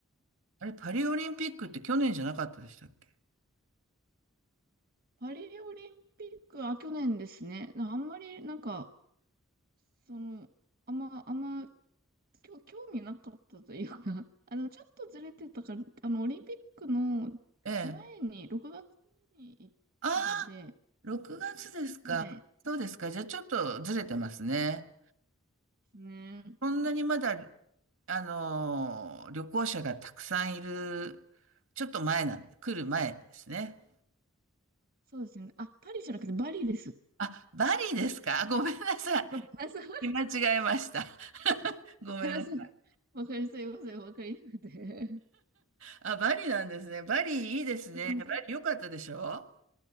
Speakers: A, on the right; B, on the right.
A: あれ、パリオリンピックって去年じゃなかったでしたっけ
B: パリオリンピック、あ、去年ですね。なあんまり、なんか、その、あんま、あんま、きょ、興味なかったというか、<laughs> あの、ちょっとずれてたから、あの、オリンピックの
A: ええ。
B: 前に、6月に行ったので、
A: あ6月ですか。
B: はい、で
A: そうですか。じゃあちょっとずれてますね。
B: すね。
A: そんなにまだ、あのー、旅行者がたくさんいる、ちょっと前なんで、来る前ですね。
B: そうですね。あ、パリじゃなくてバリです。<laughs>
A: あ、バリですか。<laughs> あごめんなさい。
B: あ
A: 見間違えました。<laughs> ごめんなさい。
B: そうわかります。すいません、わかりなくて。
A: あ、バリなんですね。バリいいですね。
B: <laughs>
A: バリ良かったでしょ